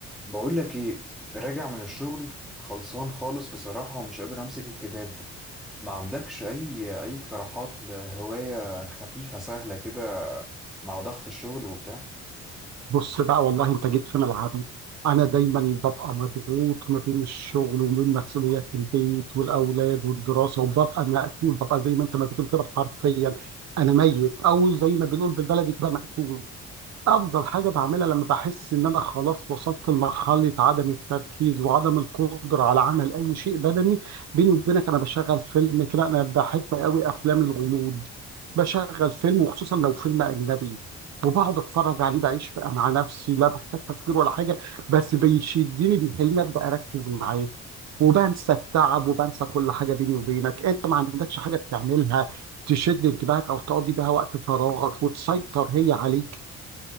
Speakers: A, in the centre; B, on the right.
A: بقول لك ايه راجع من الشغل خلصان خالص بصراحة ومش قادر امسك الكتاب ما عندكش اي اي اقتراحات لهواية خفيفة سهلة كده مع ضغط الشغل وبتاع
B: بص بقى والله انت جيت في ملعبي انا دايما ببقى مضغوط ما بين الشغل وما بين مسؤوليات البيت والاولاد والدراسه وببقى مقتول ببقى زي ما انت ما بتقول كده حرفيا انا ميت او زي ما بنقول بالبلدي كده مقتول افضل حاجه بعملها لما بحس ان انا خلاص وصلت لمرحله عدم التركيز وعدم القدره على عمل اي شيء بدني بيني وبينك انا بشغل فيلم كده انا بحب قوي افلام الغموض بشغل فيلم وخصوصا لو فيلم اجنبي وبقعد اتفرج عليه بعيش بقى مع نفسي لا بحتاج تفكير ولا حاجه بس بيشدني بيخليني ابدا اركز معاه وبنسى التعب وبنسى كل حاجه بيني وبينك انت ما عندكش حاجه بتعملها تشد انتباهك او تقضي بيها وقت فراغك وتسيطر هي عليك